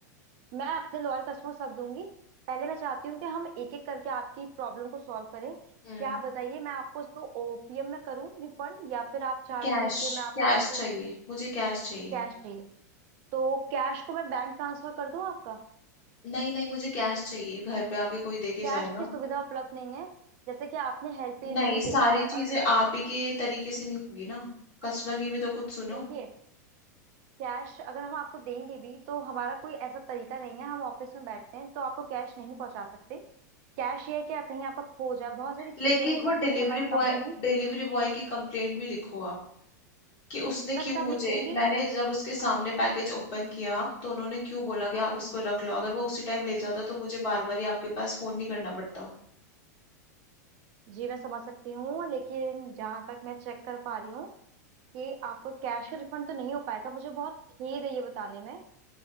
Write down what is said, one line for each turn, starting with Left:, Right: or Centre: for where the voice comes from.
Right: मैं अपने लॉयल कस्टमर सब दूंगी पहले मैं चाहती हूँ कि हम एक एक करके आपकी प्रॉब्लम को सॉल्व करें क्या
Left: हम्म।
Right: आप बताइए मैं आपको इसको ओपीएम में करूँ रिफंड या फिर आप चाहेंगी
Left: कैश
Right: कि मैं आपको
Left: कैश
Right: इसको
Left: चाहिए मुझे कैश चाहिए
Right: कैश चाहिए तो कैश को मैं बैंक ट्रांसफर कर दूँ आपका
Left: नहीं नहीं मुझे कैश चाहिए घर पे आके कोई दे के
Right: कैश
Left: जाएगा
Right: की सुविधा उपलब्ध नहीं है जैसे कि आपने हेल्प पेज
Left: नहीं
Right: पे भी
Left: सारी
Right: देखा है और
Left: चीजें
Right: आप
Left: आप ही के तरीके से नहीं होंगी ना कस्टमर की भी तो कुछ सुनो
Right: देखिए कैश अगर हम आपको देंगे भी तो हमारा कोई ऐसा तरीका नहीं है हम ऑफिस में बैठते हैं तो आपको कैश नहीं पहुंचा सकते कैश ये है कि कहीं आपका खो जाए बहुत सारी चीजें
Left: लेकिन
Right: हैं जिसके
Left: वो डिलीवरी
Right: लिए हमारी
Left: बॉय
Right: कंपनी
Left: डिलीवरी बॉय की कंप्लेंट भी लिखो आप कि उसने
Right: मैं
Left: क्यों
Right: सब
Left: मुझे
Right: लिखूंगी
Left: मैंने जब उसके सामने
Right: हाँ
Left: पैकेज ओपन किया तो उन्होंने क्यों बोला कि आप इसको रख लो अगर वो उसी टाइम ले जाता तो मुझे बार बार ही आपके पास फोन नहीं करना पड़ता
Right: जी मैं समझ सकती हूँ लेकिन जहां तक मैं चेक कर पा रही हूँ कि आपको कैश का रिफंड तो नहीं हो पाएगा मुझे बहुत खेद है ये बताने में